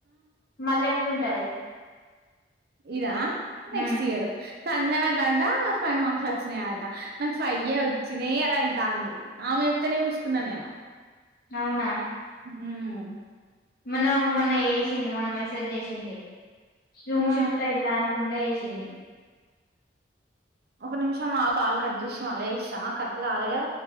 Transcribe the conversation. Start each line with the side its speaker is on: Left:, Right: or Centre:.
Left: మళ్ళీ ఎప్పుడుంటాయి
Right: ఇదా నెక్స్ట్
Left: ఉమ్,
Right: ఇయరు సంజన గట ఫైవ్ మార్క్స్ వచ్చినాయట నాకు ఫైవ్య వచ్చినాయి అని అంటాది ఆమె ఎప్తేనే చూసుకున్నా నేను
Left: అవునా
Right: మ్మ్
Left: మొన్న మొన్న ఏషింది మొన్న మెసేజ్ జేషింది రూమ్
Right: ఆ
Left: షిఫ్ట్ అయిలా అనుకుంట ఏషి తిని
Right: ఒక నిమిషం మా కాలు కట్ చేసి మళ్ళ చేస్తా కట్ కాలే కద